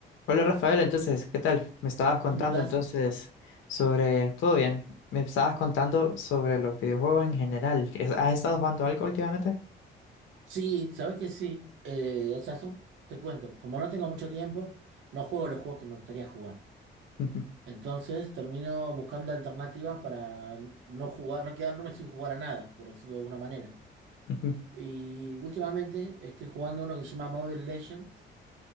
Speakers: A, on the left (about 75°); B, on the right (about 75°).
A: Hola Rafael, entonces, ¿qué tal? Me estabas contando
B: ¿Cómo andás?
A: entonces sobre... ¿Todo bien? Me estabas contando sobre los videojuegos en general. ¿Es- ¿Has estado jugando algo últimamente?
B: Sí, sabes que sí. Eh, o sea, son, te cuento, como no tengo mucho tiempo, no juego los juegos que me gustaría jugar.
A: <laughs> Ujú,
B: Entonces termino buscando alternativas para no jugar, no quedarme sin jugar a nada, por decirlo de alguna manera.
A: ujú,
B: Y últimamente estoy jugando uno que se llama Mobile Legends.